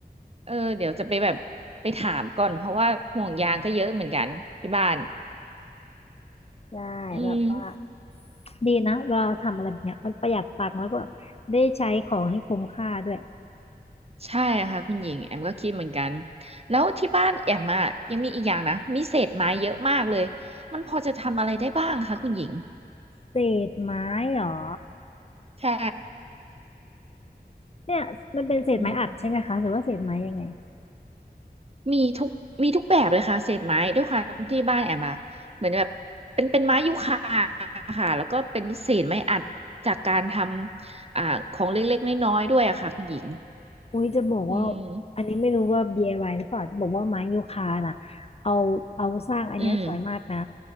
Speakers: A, on the right; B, on the left.
A: เออเดี๋ยวจะไปแบบไปถามก่อนเพราะว่าห่วงยางก็เยอะเหมือนกันที่บ้าน
B: ใช่แบบว่า
A: อืม
B: ดีนะเวลาเราทำอะไรแบบเนี้ยมันประหยัดตังค์แล้วก็แบบได้ใช้ของให้คุ้มค่าด้วย
A: ใช่ค่ะคุณหญิงแอมก็คิดเหมือนกันแล้วที่บ้านแอมอ่ะยังมีอีกอย่างนะมีเศษไม้เยอะมากเลยมันพอจะทำอะไรได้บ้างคะคุณหญิง
B: เศษไม้เหรอ
A: ใช่
B: เนี่ยมันเป็นเศษไม้อัดใช่ไหมคะหรือว่าเศษไม้ยังไง
A: อืมมีทุกมีทุกแบบเลยค่ะเศษไม้ด้วยความที่บ้านแอมอะเหมือนแบบเป็นเป็นไม้ยูคาค่ะแล้วก็เป็นเศษไม้อัดจากการทำอ่าของเล็กๆน้อยๆด้วยอะค่ะคุณหญิง
B: อุ้ยจะบอกว่า
A: อืม
B: อันนี้ไม่รู้ว่า DIY หรือเปล่าจะบอกว่าไม้ยูคาน่ะเอาเอาสร้างอันเนี้ยสวยมากนะ
A: อืม